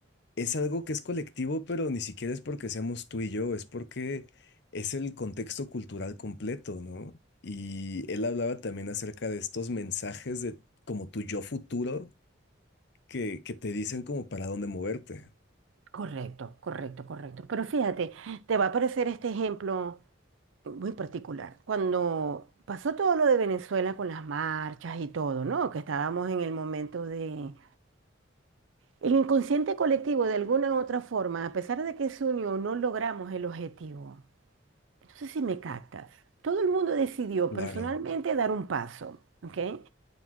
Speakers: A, on the left; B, on the right.
A: Es algo que es colectivo, pero ni siquiera es porque seamos tú y yo, es porque es el contexto cultural completo, ¿no? Y él hablaba también acerca de estos mensajes de como tu yo futuro que, que te dicen como para dónde moverte.
B: Correcto, correcto, correcto. Pero fíjate, te va a aparecer este ejemplo muy particular. Cuando pasó todo lo de Venezuela con las marchas y todo, ¿no? Que estábamos en el momento de... El inconsciente colectivo, de alguna u otra forma, a pesar de que se unió, no logramos el objetivo. No sé si me captas. Todo el mundo decidió
A: Claro,
B: personalmente dar un paso, ¿ok?